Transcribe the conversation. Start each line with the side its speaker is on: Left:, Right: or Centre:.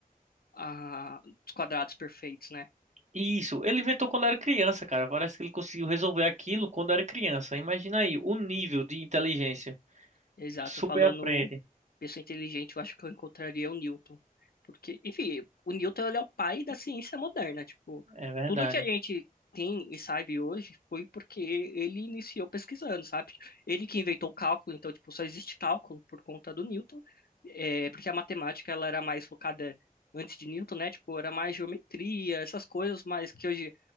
Left: a, os quadrados perfeitos, né?
Right: Isso, ele inventou quando era criança, cara. Parece que ele conseguiu resolver aquilo quando era criança. Imagina aí, o nível de inteligência.
Left: Exato,
Right: Super
Left: falando
Right: à frente.
Left: pessoa inteligente, eu acho que eu encontraria o Newton. Porque, enfim, o Newton ele é o pai da ciência moderna. Tipo,
Right: É verdade.
Left: tudo que a gente tem e sabe hoje foi porque ele iniciou pesquisando, sabe? Ele que inventou o cálculo, então, tipo, só existe cálculo por conta do Newton. É, porque a matemática, ela era mais focada antes de Newton, né? Tipo, era mais geometria, essas coisas, mas que hoje